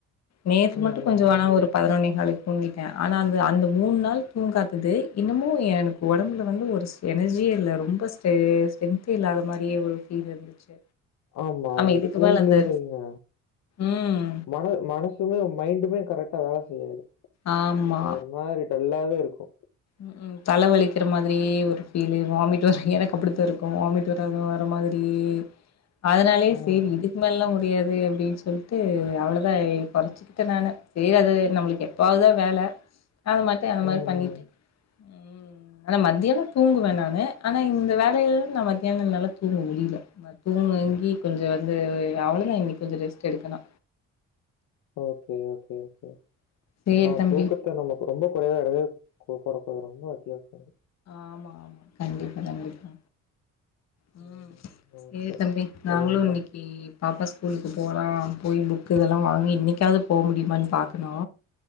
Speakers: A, on the left (about 60°); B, on the left (about 80°).
A: நேத்து
B: ம்,
A: மட்டு கொஞ்சொ
B: ம்,
A: ஆனா
B: ம்.
A: ஒரு பதினொன்னேஹாலுக் தூங்கிட்ட ஆனா அந்த அந்த மூண் நாள் தூங்காதது இன்னமு எனக்கு ஒடம்புல வந்து ஒரு ஸ் எனர்ஜியே இல்ல ரொம்ப ஸ்டே ஸ்டென்த்தே இல்லாத மாரியே ஒரு ஃபீல் இருந்துச்சு
B: ஆமா அது
A: இதுக்கு
B: தூங்கலனு
A: மேல அந்த
B: வைங்க
A: ம்
B: மன மனசுமே மைண்டுமே கரெக்ட்டா வேல செய்யாது
A: ஆமா
B: அது ஒரு மாரி டல்லாவே இருக்கு
A: ம் ம் தல வலிக்கிற மாதிரியே ஒரு ஃபீலு வாமிட் வர் எனக்கப்டித்தா இருக்கு வாமிட் வரத வர்ற மாதிரியே அதுனாலயே
B: ம்.
A: சேரி இதுக்கு மேலல்லா முடியாது அப்டின் சொல்ட்டு அவ்ளோதா எ கொறச்சுகிட்ட நானு சேரி அது நம்ளுக்கு எப்பாவாதா வேல அது மட்டு அது மாரி
B: ம்,
A: பண்ணிட்டு
B: ம்.
A: ம் ஆனா மத்தியானொ தூங்குவ நானு ஆனா இந்த வேலையில் நா மத்தியானொ என்னாலா தூங்க முடியில நா தூங்குங்கி கொஞ்சொ வந்து அவ்வளொதா இன்னைக் கொஞ்சொ ரெஸ்ட்டு எடுக்கணு
B: ஓகே ஓகே கே
A: சேரி
B: ஆனா
A: தம்பி
B: தூக்கத்த நம்ம ரொம்ப குறைவா எடவே கோ போடக்கூடாது ரொம்ப அத்தியாவஸ்யம்
A: ஆமா ஆமா கண்டிப்பா கண்டிப்பா உம்
B: ம்.
A: சேரி
B: ஓகே.
A: தம்பி
B: சரிங்க்கா.
A: நாங்களு இன்னக்கி பாப்பா ஸ்கூலுக்கு போலா போய் புக்கு இதெல்லா வாங்கி இன்னைக்காவ்து போ முடியுமான் பாக்கணு